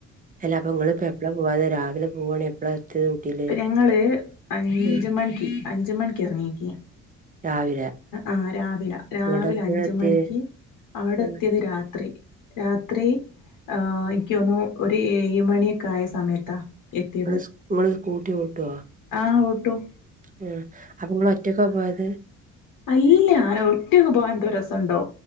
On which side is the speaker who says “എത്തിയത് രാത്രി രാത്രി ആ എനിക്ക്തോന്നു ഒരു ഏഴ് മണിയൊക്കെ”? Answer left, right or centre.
Left